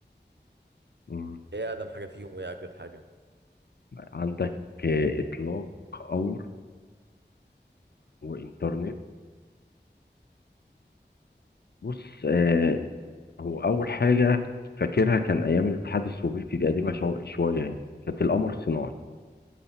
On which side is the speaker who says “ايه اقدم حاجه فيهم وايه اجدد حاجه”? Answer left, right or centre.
Right